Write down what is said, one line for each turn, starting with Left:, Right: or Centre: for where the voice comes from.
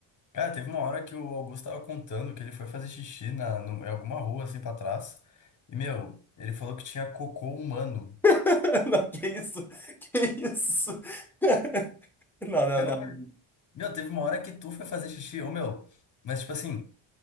Left: Cara, teve uma hora que o Augusto tava contando que ele foi fazer xixi na, no- em alguma rua, assim, pra trás. E, meu, ele falou que tinha cocô humano.
Centre: <laughs> Não, que isso? Que isso? <laughs> Não, não,
Left: Pelo
Centre: não.
Left: amor de... Meu, teve uma hora que tu foi fazer xixi, ô, meu. Mas, tipo assim,